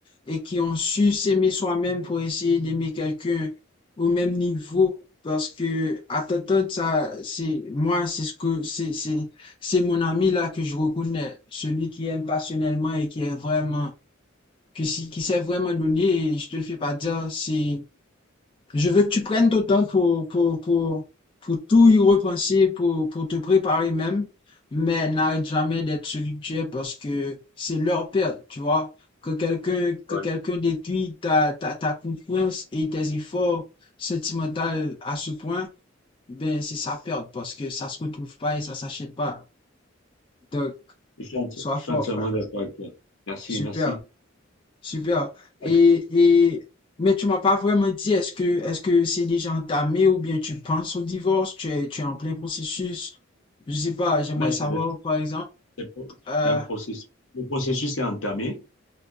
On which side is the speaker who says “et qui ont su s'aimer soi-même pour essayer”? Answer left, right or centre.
Left